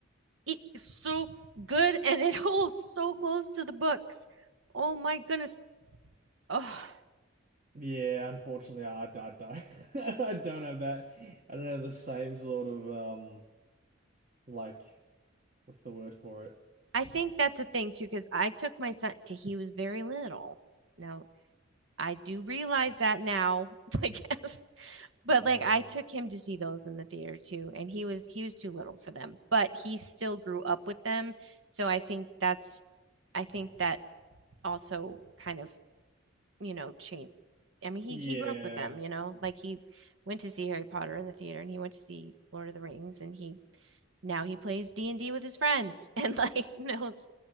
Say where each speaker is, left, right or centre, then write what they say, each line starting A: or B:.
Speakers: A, on the right; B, on the right.
A: it is so good and it <laughs> holds so close to the books. Oh my goodness. Oh,
B: Yeah, unfortunately, I, I don't. <laughs> I don't have that. I don't have the same sort of um, like, what's the word for it?
A: I think that's a thing too, because I took my son, 'cause he was very little. Now, I do realize that now, <laughs> I guess, but
B: Mm,
A: like I took him to see those in the theater too, and he was he was too little for them, but he still grew up with them. So I think that's I think that also kind of you know, change. I mean, he
B: yeah,
A: he grew up with them, you know. Like he went to see Harry Potter in the theater, and he went to see Lord of the Rings, and he now he plays D&D with his friends and like <laughs> knows